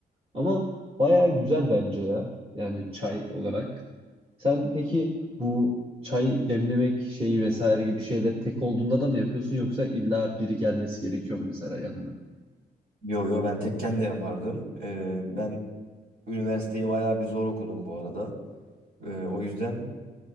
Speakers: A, on the right; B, on the right.
A: Ama bayağı güzel bence ya. Yani çay olarak. Sen peki bu çay demlemek şeyi vesaire gibi şeyleri tek olduğunda da mı yapıyorsun yoksa illa biri gelmesi gerekiyor mu mesela yanına?
B: Yo yo ben tekken de yapardım. Ee, ben üniversiteyi bayağı bir zor okudum bu arada. Ee, o yüzden